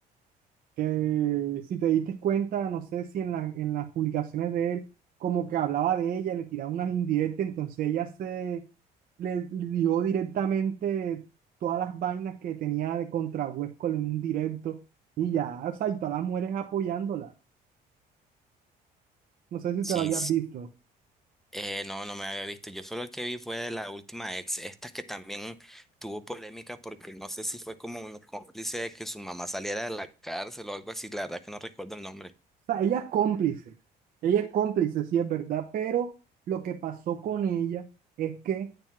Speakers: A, on the right (about 55°); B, in the centre.
A: que si te diste cuenta, no sé si en, la- en las publicaciones de él, como que hablaba de ella, le tiraba unas indirectas, entonces ella se le dio directamente todas las vainas que tenía de contra Huesco en un directo y ya, o sea, y todas las mujeres apoyándola. No sé si
B: sí.
A: te lo hayas visto.
B: Eh, no, no me había visto. Yo solo el que vi fue de la última ex, esta que también tuvo polémica porque no sé si fue como un cómplice de que su mamá saliera de la cárcel o algo así. La verdad que no recuerdo el nombre.
A: O sea, ella es cómplice, ella es cómplice, sí es verdad, pero lo que pasó con ella es que